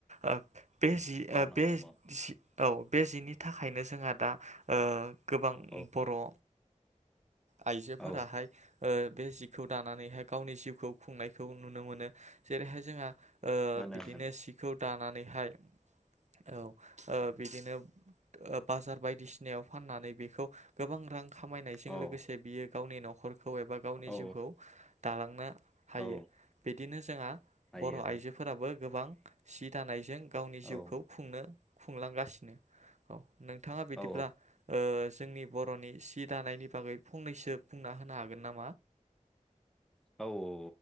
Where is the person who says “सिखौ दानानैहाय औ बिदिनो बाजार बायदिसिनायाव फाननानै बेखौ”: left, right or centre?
Right